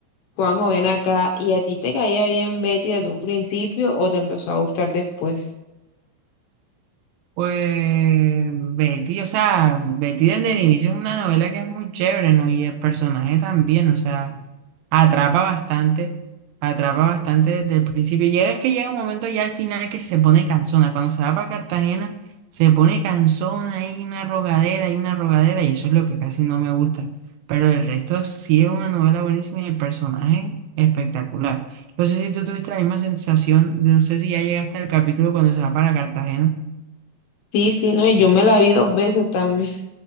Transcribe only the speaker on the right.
Pues Betty, o sea, Betty desde el inicio es una novela que es muy chévere, ¿no? Y el personaje también, o sea, atrapa bastante, atrapa bastante desde el principio. Y es que llega un momento ya al final que se pone cansona. Cuando se va para Cartagena, se pone cansona hay una rogadera hay una rogadera, y eso es lo que casi no me gusta. Pero el resto sí es una novela buenísima y el personaje espectacular. No sé si tú tuviste la misma sensación, no sé si ya llegaste al capítulo cuando se va para Cartagena.